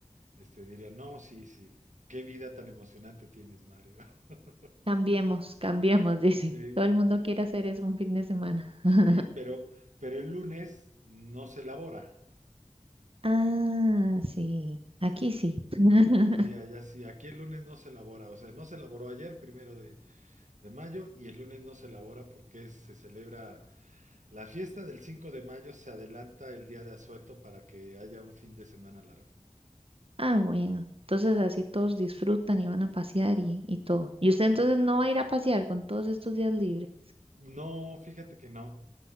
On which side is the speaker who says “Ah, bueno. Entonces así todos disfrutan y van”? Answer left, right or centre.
Right